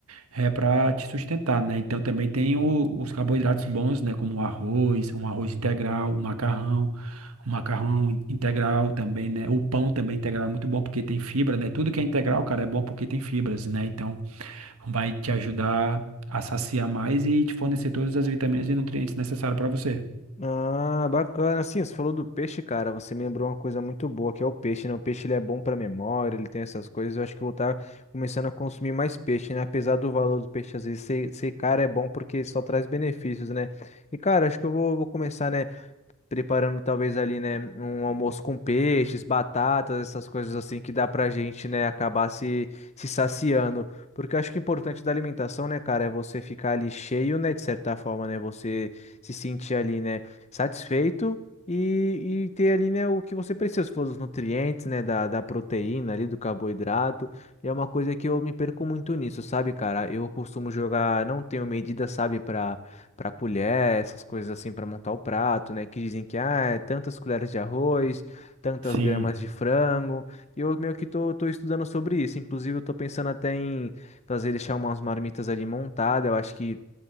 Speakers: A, on the right; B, on the left.
A: é para te sustentar, né? Então também tem o- os carboidratos bons, né? Como o arroz, um arroz integral, o macarrão, o macarrão in- integral também, né? O pão também integral é muito bom porque tem fibra, né? Tudo que é integral, cara, é bom porque tem fibras, né? Então vai te ajudar a saciar mais e te fornecer todas as vitaminas e nutrientes necessários para você.
B: Ah, bacana. Assim, você falou do peixe, cara. Você me lembrou uma coisa muito boa, que é o peixe, né? O peixe ele é bom pra memória, ele tem essas coisas. Eu acho que eu vou estar começando a consumir mais peixe, né? Apesar do valor do peixe às vezes ser, ser caro, é bom porque só traz benefícios, né? E, cara, acho que eu vou, vou começar, né? preparando talvez ali, né, um almoço com peixes, batatas, essas coisas assim que dá pra gente, né, acabar se, se saciando. Porque eu acho que o importante da alimentação, né, cara, é você ficar ali cheio, né, de certa forma, né, você se sentir ali, né, satisfeito e, e ter ali, né, o que você precisa, se for os nutrientes, né, da, da proteína ali, do carboidrato. E é uma coisa que eu me perco muito nisso, sabe, cara? Eu costumo jogar, não tenho medida, sabe, pra para colher, essas coisas assim para montar o prato, né? Que dizem que ah, é tantas colheres de arroz, tantas
A: Sim,
B: gramas de frango. E eu meio que tô, tô estudando sobre isso. Inclusive, eu tô pensando até em fazer deixar umas marmitas ali montadas. Eu acho que